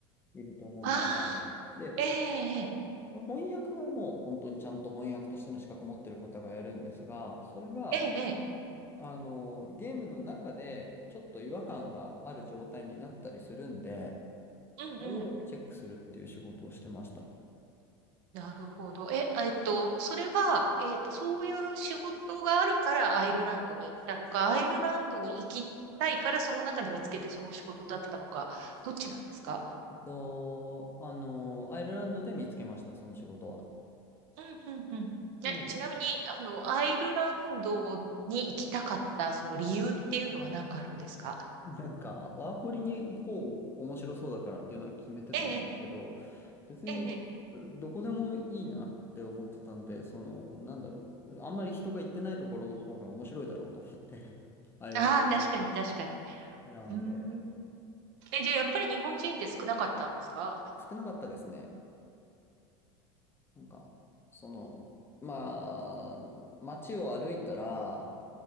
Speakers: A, on the left; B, on the right.
A: いると思うんですけど、
B: ああ、
A: で、
B: ええ、
A: 翻訳はもう本当にちゃんと翻訳としての資格持ってる方がやるんですが、それが、
B: ええ、ええ、
A: あの、ゲームの中でちょっと違和感がある状態になったりするんで、
B: うんうん。
A: それをチェックするっていう仕事をしてました。
B: なるほど。え、あえっと、それは、えっと、そういう仕事があるからアイルランドに行ったのか、アイルランドに行きたいからその中で見つけてその仕事だったのか、どっちなんですか
A: えっと、あの、アイルランドで見つけました、その仕事は。
B: うんうんうんえ、
A: でも、
B: ちなみに、あの、アイルランドに行きたかった、その理由っていうのは何かあるんですか
A: <laughs> なんか、ワーホリに行こう、面白そうだからっていうのは決めてたんですけど、
B: ええ、
A: 別に、
B: ええ、ええ。
A: どこでもいいなって思ってたんで、その、なんだろう、あんまり人が行ってないところの方が面白いだろうと思って <laughs> あれら
B: ああ、確かに、確かに。
A: <laughs> 選んで、
B: うーん。え、じゃあ、やっぱり日本人って少なかったんですか
A: 少なかったですね。なんか、その、まあ、街を歩いたら、